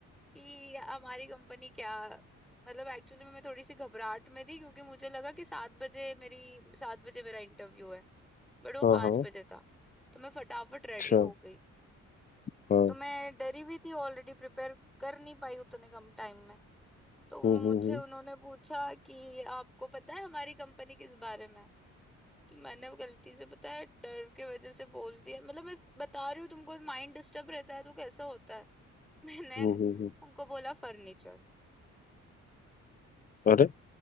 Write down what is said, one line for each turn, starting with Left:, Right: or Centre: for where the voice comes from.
Centre: कि हमारी कंपनी क्या मतलब एक्चुअली मैं थोड़ी सी घबराहट में थी क्योंकि मुझे लगा कि सात बजे मेरी सात बजे मेरा इंटरव्यू है बट वो
Left: हाँ
Centre: पाँच
Left: हाँ
Centre: बजे था तो मैं फटाफट रेडी
Left: अच्छा
Centre: हो गई
Left: हाँ
Centre: तो मैं डरी भी थी ऑलरेडी प्रिपेयर कर नहीं पाई उतने कम टाइम में तो मुझे
Left: हम्म हम्म हम्म
Centre: उन्होंने पूछा कि आपको पता है हमारी कंपनी किस बारे में है? तो मैंने वो गलती से पता है डर के वजह से बोल दिया मतलब मैं बता रही हूँ तुमको माइंड डिस्टर्ब रहता है तो कैसा होता है <laughs> मैंने
Left: हम्म हम्म, हम्म।
Centre: उनको बोला फर्नीचर
Left: अरे